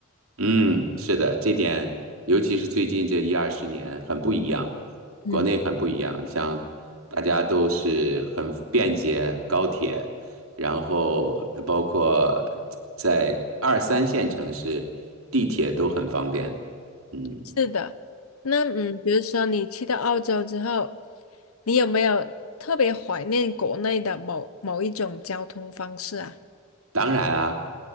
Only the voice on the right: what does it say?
嗯，是的，这点尤其是最近这一二十年很不一样，
国内很不一样，像大家都是很便捷高铁，然后包括在二三线城市，地铁都很方便。嗯。
当然啊，